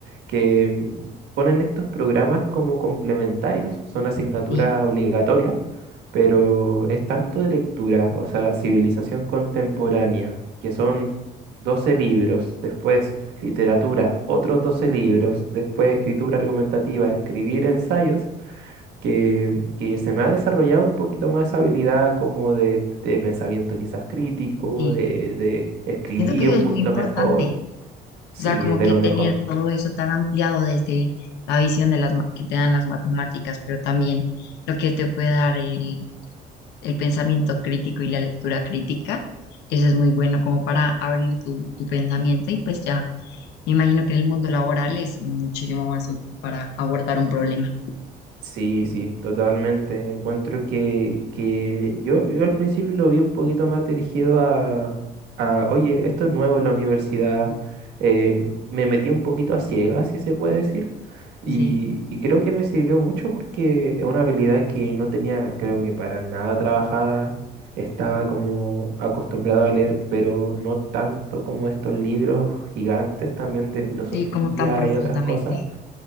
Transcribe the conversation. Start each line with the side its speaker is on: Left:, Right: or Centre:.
Right: que mm, ponen estos programas como complementarios, son asignaturas
Left: sí,
Right: obligatorias, pero es tanto de lectura, o sea, civilización contemporánea, que son 12 libros, después literatura, otros 12 libros, después escritura argumentativa, escribir ensayos que, que se me ha desarrollado un poquito más esa habilidad como de, de pensamiento quizás crítico,
Left: sí.
Right: de, de escribir
Left: Siento que eso
Right: un
Left: es
Right: poquito
Left: muy importante,
Right: mejor.
Left: o
Right: Sí,
Left: sea, como
Right: es de
Left: que
Right: lo
Left: tener
Right: mejor.
Left: todo eso tan ampliado desde la visión de las ma- que te dan las matemáticas, pero también lo que te puede dar el, el pensamiento crítico y la lectura crítica, eso es muy bueno como para abrir tu, tu pensamiento y pues ya me imagino que en el mundo laboral es muchísimo más útil para abordar un problema.
Right: Sí, sí, totalmente. Encuentro que, que yo, yo al principio lo vi un poquito más dirigido a, a, oye, esto es nuevo en la universidad. eh, me metí un poquito a ciegas, si se puede decir Y,
Left: Sí,
Right: y creo que me sirvió mucho porque es una habilidad que no tenía, creo que para nada trabajada. Estaba como acostumbrado a leer, pero no tanto como estos libros gigantes también de filosofía
Left: sí, como tan profundamente.
Right: y otras cosas.